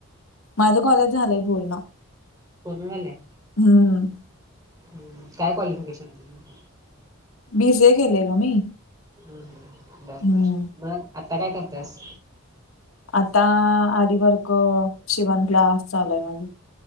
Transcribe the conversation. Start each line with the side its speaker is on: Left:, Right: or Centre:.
Left: माझं कॉलेज झालंय पूर्ण.
Right: पूर्ण झालंय.
Left: हम्म
Right: हं. काय क्वालिफिकेशनय तुझं?
Left: बी सी ए केलंय गं मी.
Right: हम्म हम्म बर
Left: हम्म.
Right: बर मग आता काय करतेस?
Left: आता, आरीवर्क, शिवणक्लास. चालूय माझं.